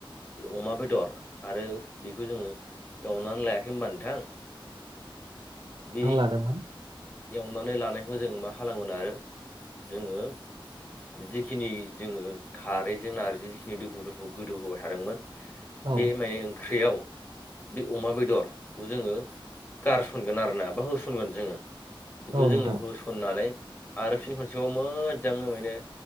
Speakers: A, on the left; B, on the right.
A: अमा बेदर आरो बेखौ जोङो एवनानै लाया होमबा नोंथां बे
B: <unintelligible>
A: एवनानै लानायखौ जोङो मा खालामगोन आरो जोङो जिखिनि जोङो खारैजों नार्जि जिखिनि दोफु दुफु गोदौ होबाय थादोंमोन।
B: औ
A: बे माने ओंख्रियाव बे अमा बेदरखौ जोङो गारसनगोन आरोना बा होसनगोन जोङो। बेखौ
B: औ
A: जोङो
B: नोंथां
A: होसननानै आरो फिन खनसेबाव मोजाङै माने